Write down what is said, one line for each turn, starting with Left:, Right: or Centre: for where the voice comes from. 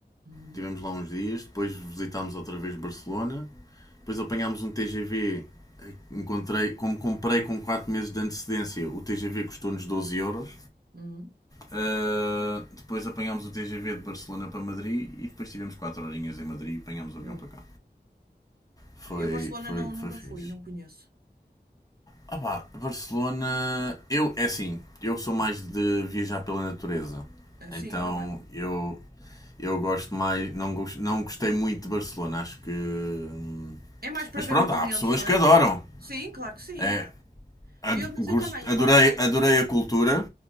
Right: Uhum,
Left: Tivemos lá uns dias, depois visitámos outra vez Barcelona, depois apanhámos um TGV. Encontrei, como comprei com 4 meses de antecedência, o TGV custou-nos 12 euros.
Right: uhum,
Left: Ah, depois apanhámos o TGV de Barcelona para Madrid e depois tivemos 4 horinhas em Madrid e apanhámos
Right: boa.
Left: o avião para cá. Foi,
Right: Eu, Barcelona,
Left: foi,
Right: não, nunca
Left: foi fixe.
Right: fui, não conheço.
Left: Ah pá, Barcelona. Eu, é assim, eu sou mais de viajar pela natureza.
Right: Eh, Sim,
Left: Então
Right: também.
Left: eu. Eu gosto mais. Não, gos- não gostei muito de Barcelona, acho que. hum,
Right: É mais para
Left: Mas
Right: ver
Left: pronto,
Right: monumentos,
Left: há pessoas
Right: não
Left: que
Right: é?
Left: adoram.
Right: Para ver. Sim, claro que sim.
Left: É,
Right: há.
Left: ad-
Right: Eu, mas
Left: gos-
Right: eu também,
Left: adorei,
Right: eu gosto mais.
Left: adorei
Right: de-
Left: a cultura.